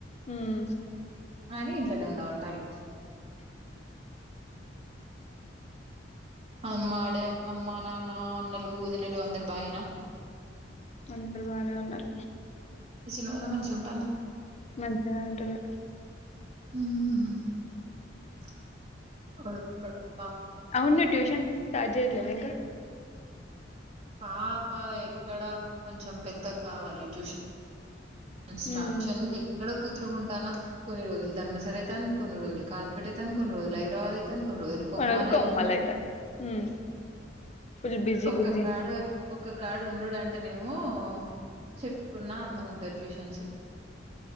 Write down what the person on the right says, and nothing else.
అని ఇంట్లోనే ఉండవుంటారు అమ్మాడ అమ్మా నానా అన్నలు అదనలు అందారు బాగున్నారా
<unintelligible>
మ్మ్
పాప ఎక్కడా కొంచెం పెద్దగా కావాలి ట్యూషన్ స్టార్ట్
<unintelligible> ఎక్కడ కుదురుకుంటాను కొన్ని రోజులు ధర్మ సార్ అయితన్ కొన్ని రోజు కాజపేట అయితను కొన్ని రజులు హైరాబాద్ అయి <unintelligible> కొమ్మాలయితను
ఒకాడ
ఒక కార్డు ఉండడు అంటేనేేమో చెప్పుకున్నా అందం ఉంటుది ట్యూషన్స్